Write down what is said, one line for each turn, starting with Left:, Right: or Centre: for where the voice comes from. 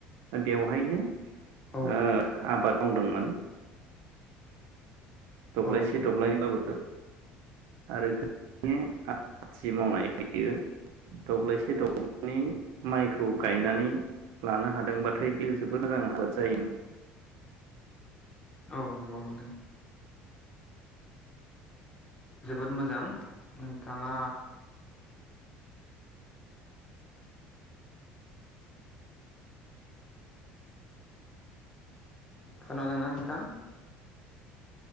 Right: बेवहायनो ओ
Left: औ
Right: आबाद मावदोंमोन। दब्लायसे
Left: औ
Right: दब्लायनै बाबो आरो <unintelligible> मावनाय बियो दब्लायसे दब्लायनै माइखौ गायनानै लानो हादोंबाथाय बेयो जोबोर मोजां आबाद जायोमोन।
Left: औ नंगौ नोंथां। जोबोद मोजां। नोंथाङा खोनादोंना नोंथां